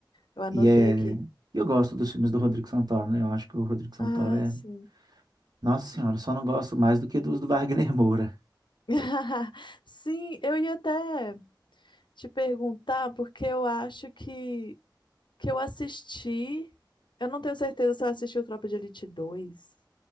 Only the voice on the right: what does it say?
E é,
e eu gosto dos filmes do Rodrigo Santoro, né? Eu acho que o Rodrigo Santoro
é,
nossa senhora, eu só não gosto mais do que dos do Wagner Moura.